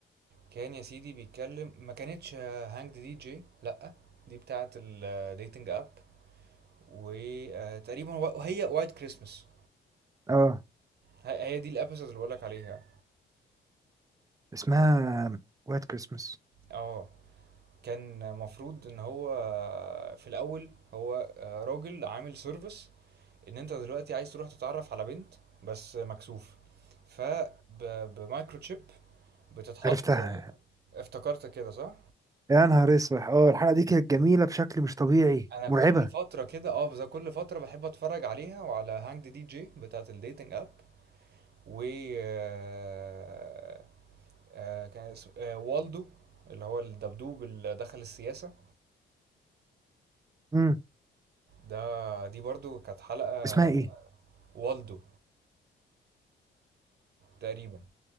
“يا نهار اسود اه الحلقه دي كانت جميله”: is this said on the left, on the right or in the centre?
Right